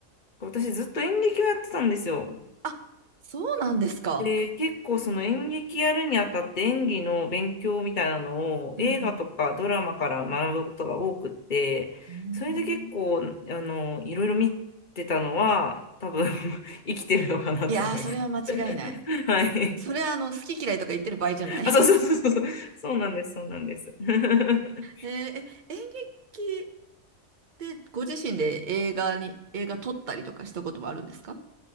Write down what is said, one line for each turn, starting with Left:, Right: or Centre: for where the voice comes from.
Left: 私ずっと演劇をやってたんですよ。
Right: あ、そうなんですか。
Left: で、結構その演劇やるにあたって演技の勉強みたいなのを映画とかドラマから学ぶことが多くって、
Right: うんうんうーん
Left: それで結構、あの、いろいろ見てたのは、多分 <laughs> 生きてるのかなと思います。
Right: いやー、それは間違いない。
Left: はい。
Right: それはあの、好き嫌いとか言ってる場合じゃない。
Left: あ、
Right: <laughs>
Left: そうそうそうそう。そうなんです、そうなんです。<laughs>
Right: へえ、え、演劇でご自身で映画に、映画撮ったりとかしたこともあるんですか